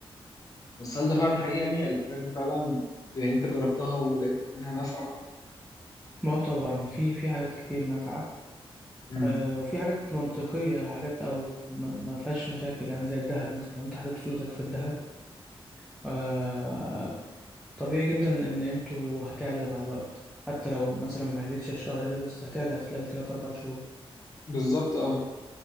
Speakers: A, on the left; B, in the centre.
A: بس هل ده فعلا حقيقي يعني الحاجات دي فعلا يعني انت جربتها ولقيت منها نفع
B: ما هو طبعا في في حاجات كتير نافعة
A: امم
B: آه وفي حاجات منطقية حاجات او ما ما فيهاش مشاكل يعني زي الذهب مثلا لو انت حطيت فلوسك في الذهب آه طبيعي جدا ان قيمته هتعلى مع الوقت حتى لو مثلا ما عليتش الشهر ده بس هتعلى خلال 3 4 شهور
A: بالظبط اه